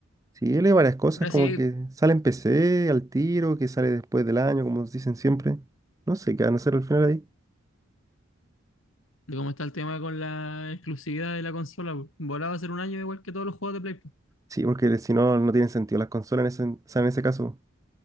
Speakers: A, on the right; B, on the left.
A: Sí, él hay varias cosas,
B: Ahora
A: como
B: sí,
A: que sale en PC al tiro, que sale después del año, como dicen siempre. No sé qué van a hacer al final ahí.
B: de cómo está el tema con la exclusividad de la consola, pues. Volaba a ser un año igual que todos los juegos de Play, pues.
A: Sí, porque si no, no tienen sentido las consolas en ese, o sea, en ese caso.